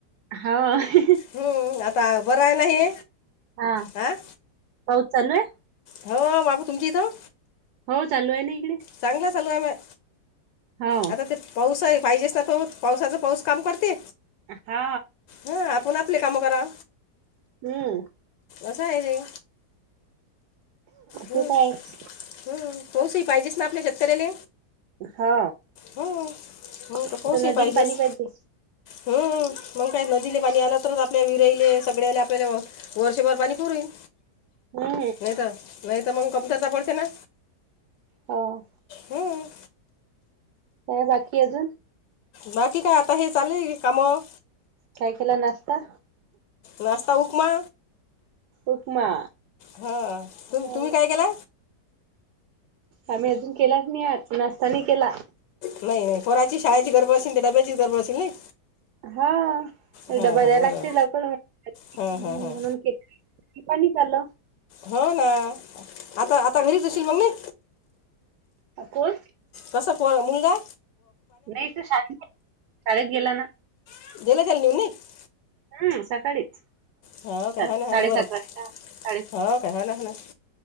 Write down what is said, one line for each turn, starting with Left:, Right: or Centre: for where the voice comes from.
Right: हाव
Left: हम्म आता बरंय ना ही
Right: हा
Left: हं
Right: पाऊस चालू आहे?
Left: हो माप तुमची इथं?
Right: हो चालू आहे ना इकडे.
Left: चांगलं चालू हाय माय,
Right: हो.
Left: आता ते पाऊस हाय, पाहिजेच ना तो, पावसाचा पाऊस काम करते.
Right: हा
Left: हा, आपण आपले काम करा.
Right: हम्म
Left: असा आहे रे. हम्म,
Right: ते तर आहेच.
Left: हम्म, पाऊसही पाहिजेच ना आपल्या शेतकऱ्याले?
Right: हो.
Left: हम्, हम्म, तर
Right: आता
Left: पाऊसही
Right: नदीला
Left: पाहिजेच.
Right: पाणी पाहिजे.
Left: हम्म, मग काय नदीले पाणी आलं, तरच आपल्या विहरईले सगळ्याले आपल्याला वर्षभर पाणी पुरेल.
Right: हम्म
Left: होय ना, नाही तर मग कमतरता पडते ना.
Right: हां
Left: हम्म.
Right: काय बाकी अजून?
Left: बाकी काय, आता हे चालुय कामं.
Right: काय केला नाश्ता?
Left: नास्ता, उपमा.
Right: उपमा.
Left: हं, तु
Right: हो
Left: तुम्ही काय केला?
Right: आम्ही अजून केलाच नाही आज, नाश्ता नाही केला.
Left: नाही नाही पोराची शाळेची गरबड असेल ते डब्याचीच गरबड असेल नाही?
Right: हा,
Left: हां
Right: डबा
Left: हां
Right: द्यायला
Left: बरोबर
Right: लागते, लवकर म्हणून
Left: हां हां हां
Right: पाणीच आलं.
Left: हो ना, आता, आता घरीच असशील मग नाही.
Right: कोण?
Left: कसं पोर मुंगा.
Right: नाही तो शाळेत, शाळेत गेला ना?
Left: <unintelligible>
Right: हम्म, सकाळीच,
Left: हो काय
Right: सात
Left: हो ना हो
Right: साडेसात
Left: ना बरं
Right: वाजता, साडे
Left: हो, का, हो, ना, हो, ना